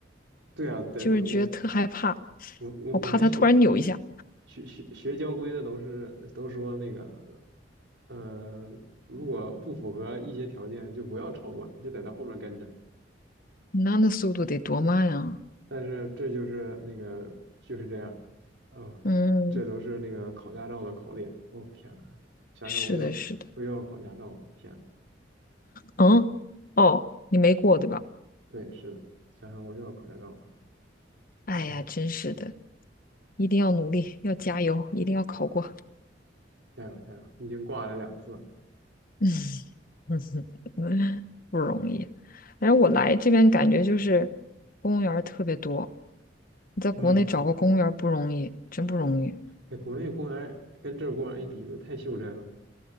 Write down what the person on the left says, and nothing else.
就是觉得特害怕，
我怕他突然扭一下，
那那速度得多慢啊！
嗯，
是的，是的，
嗯，哦，你没过对吧？
哎呀，
真是的，一定要努力，要加油，一定要考过。
<laughs> 嗯哼，<laughs> 不容易。反正我来这边感觉就是公务员儿特别多，你在国内找个公务员儿不容易，
真不容易。